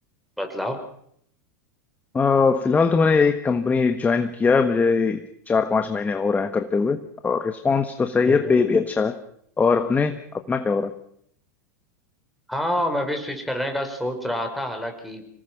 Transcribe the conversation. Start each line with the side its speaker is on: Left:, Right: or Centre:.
Centre: बदलाव
Left: अ, फिलहाल तो मैंने एक कंपनी ज्वाइन किया है, मुझे चार पांच महीने हो रहे हैं करते हुए और रिस्पॉन्स तो सही
Centre: हम्म
Left: है पे भी अच्छा है और अपने अपना क्या हो रहा
Centre: हाँ मैं भी स्विच करने का सोच रहा था हालांकि